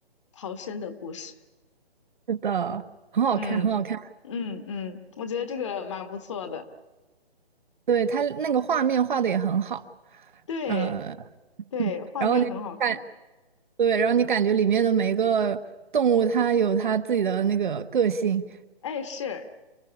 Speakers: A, on the left; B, on the right.
A: 逃生的故事。
B: 是的，很好看，
A: 嗯
B: 很好看。
A: 嗯嗯，我觉得这个蛮不错的。
B: 对，它那个画面画的也很好，
A: 对
B: 嗯、<laughs>
A: 对，画面很好看。
B: 然后你感对，然后你感觉里面的每一个动物，它有它自己的那个个性，
A: 哎，是，